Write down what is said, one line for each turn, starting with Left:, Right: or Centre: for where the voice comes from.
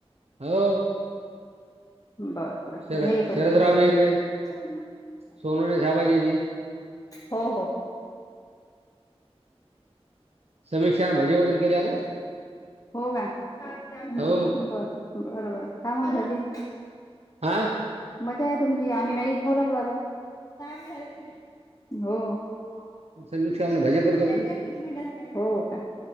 Right: हो
Left: बर बर ठीक
Right: शरद
Left: आहे, ये परी
Right: शरदरावच्या
Left: जेवण
Right: इकडे
Left: कर <unintelligible>
Right: सोनवणे साहेबाच्या इथे
Left: हो हो
Right: समीक्षानं भजे वगैरे केले अगं.
Left: हो का? बर
Right: हो
Left: बर बर, खा मग भजी.
Right: हा
Left: मजा आहे तुमची, आम्ही मॅगी खाऊ लागलो आता, काय <unintelligible> हो
Right: हो, समीक्षा म्हणे भजे करतो
Left: <unintelligible>
Right: म्हणे
Left: किती मिनटं झाली, हो का?